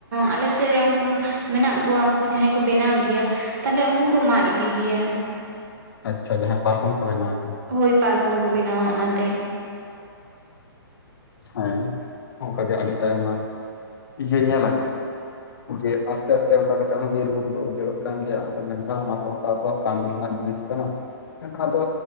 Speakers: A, on the right; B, on the left.
A: ᱟᱞᱮ ᱥᱮᱫ ᱨᱮ ᱩᱱᱠᱩ ᱢᱮᱱᱟᱜ ᱠᱚᱣᱟ ᱩᱱᱠᱩ ᱡᱟᱦᱟᱸᱭ ᱠᱚ ᱵᱮᱱᱟᱣ ᱜᱮᱭᱟ, ᱛᱟᱦᱞᱮ ᱩᱱᱠᱩ ᱠᱚ ᱢᱟᱜ ᱤᱫᱤ ᱜᱮᱭᱟ᱾
B: ᱟᱪᱪᱷᱟ ᱡᱟᱦᱟ ᱯᱟᱨᱠᱚᱢ ᱠᱚ ᱵᱮᱱᱟᱣᱮᱫ,
A: ᱦᱳᱭ ᱯᱟᱨᱠᱚᱢ ᱠᱚ ᱵᱮᱱᱟᱣᱟ ᱚᱱᱟᱛᱮ᱾
B: ᱦᱮᱸ ᱚᱱᱠᱟ ᱜᱮ ᱟᱹᱰᱤ ᱟᱭᱢᱟ ᱤᱭᱟᱹ ᱧᱮᱞ ᱟᱠᱟᱱᱟ᱾ ᱡᱮ ᱟᱥᱛᱮ ᱟᱥᱛᱮ ᱚᱱᱠᱟ ᱠᱟᱛᱮ ᱦᱚᱸ ᱵᱤᱨ ᱵᱩᱨᱩ ᱫᱚ ᱩᱡᱟᱹᱲᱲᱚᱜ ᱠᱟᱱ ᱜᱮᱭᱟ ᱟᱫᱚ ᱢᱮᱱᱠᱷᱟᱱ ᱚᱱᱟ ᱠᱚᱦᱚ ᱛᱟᱨᱯᱟᱨ ᱠᱟᱹᱢᱤ ᱨᱮᱱᱥᱜ ᱢᱤᱫᱴᱟᱝ ᱡᱤᱱᱤᱥ ᱠᱟᱱᱟ᱾ ᱢᱮᱱᱠᱷᱟᱱ ᱟᱫᱚ